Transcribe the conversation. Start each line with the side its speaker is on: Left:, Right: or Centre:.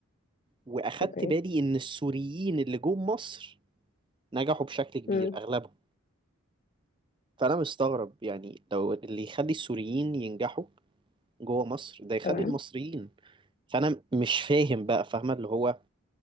Right: واخدت
Left: اوكي
Right: بالي ان السوريين اللي جم مصر نجحوا بشكل كبير
Left: مم.
Right: اغلبهم فانا مستغرب يعني لو اللي يخلي السوريين ينجحوا جوه مصر ده يخلي
Left: تمام
Right: المصريين فانا مش فاهم بقى فاهمة اللي هو